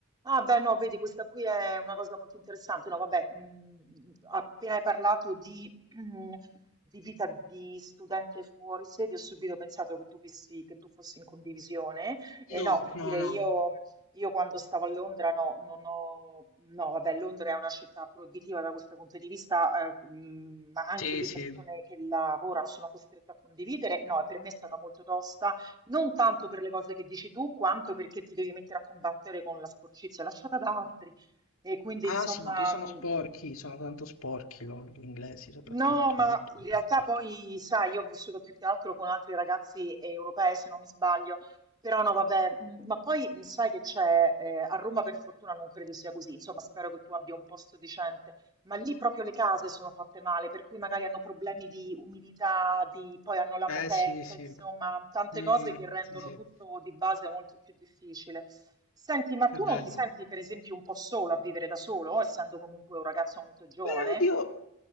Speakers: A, on the right (about 20°); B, on the left (about 80°).
A: Ah beh no, vedi questa qui è una cosa molto interessante. No vabbè, mhmm, appena hai parlato di <clears throat> di vita di studente fuori sede, ho subito pensato che tu fissi che tu fossi in condivisione. E
B: No,
A: no, per
B: no,
A: dire
B: no.
A: io io quando stavo a Londra no, non ho no vabbè, Londra è una città proibitiva da questo punto di vista, ehm, mhmm, ma anche
B: Sì,
A: lì
B: sì.
A: persone che lavorano sono costrette a condividere. No, e per me è stata molto tosta non tanto per le cose che dici tu, quanto perché ti devi mettere a combattere con la sporcizia lasciata da altri. E quindi,
B: Ah
A: insomma,
B: sì, ma poi sono
A: mh,
B: sporchi, sono tanto sporchi loro, gli inglesi soprattutto,
A: No, ma
B: molto
A: in
B: molto
A: realtà
B: sporchi.
A: poi, sai, io ho vissuto più che altro con altri ragazzi europei, se non mi sbaglio, però no, vabbè, mm, ma poi mm, sai che c'è, eh, a Roma per fortuna non credo sia così, insomma, spero che tu abbia un posto decente, ma lì proprio le case sono fatte male, per cui magari hanno problemi di umidità, di, poi hanno la
B: Eh
A: moquette,
B: sì, sì.
A: insomma, tante
B: Mm,
A: cose che rendono
B: sì, sì,
A: tutto di base molto più difficile. Senti, ma tu
B: è bello.
A: non ti senti per esempio un po' solo a vivere da solo, essendo comunque un ragazzo molto giovane?
B: Beh, oddio,